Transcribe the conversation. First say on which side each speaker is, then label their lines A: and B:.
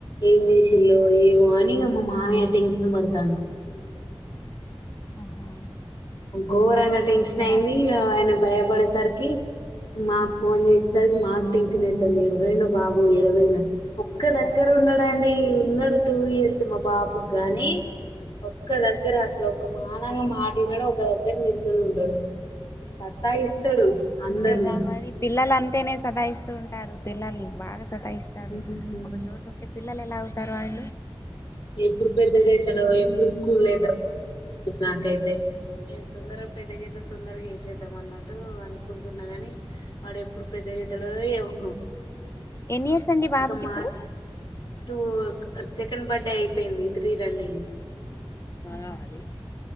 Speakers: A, on the left; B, on the left.
A: ఏం చేేసీల్లో ఏమో అని మా మామయ్య ఇంగ టెన్షన్ పడతాన్ డు
B: ఆహా
A: ఘోరంగా టెన్షన్
B: ఇక్కడ
A: అయింది ఆయన భయపడేసరికి మాకు ఫోన్ చేసేసరికి మాకు టెన్షన్ అయ్తన్ది ఏడవోయిండో బాబు ఎడవోయిండో అని ఒక్క దగ్గర ఉండడండీ ఉన్నాడు టూ ఇయర్స్ మా బాబు గాని ఒక్క దగ్గర అసలు ఒక మానం గా మాటినడు ఒక దగ్గర నిల్చుని ఉండడు సత్తాయిస్తడు అందరినీ
B: అంతేగా మరి పిల్లలు అంతేనే సతయిస్తూ ఉంటారు పిల్లలు బాగా సతాయిస్తారు
A: ఉమ్.
B: ఒక చోటు ఉంటే పిల్లలు ఎలా అవుతారు వాళ్ళు
A: ఎప్పుడు పెద్దగయితడో ఎప్పుడు స్కూల్ ఏ నాకైతే తొందర ఇగ తొందరగా పెద్దగైతే తొందరగా ఏసే పెద్ద అన్నట్టు అనుకుంటున్నా గాని వాడు ఎప్పుడు పెద్ద గ అయితాడో ఏమో
B: ఎన్ని ఇయర్స్ అండి
A: ఇంకా
B: బాబుకి
A: మాటం
B: ఇప్పుడు
A: టూ సెకండ్ బర్డే యి పోయింది త్రీ రన్నింగ్
B: కావాలి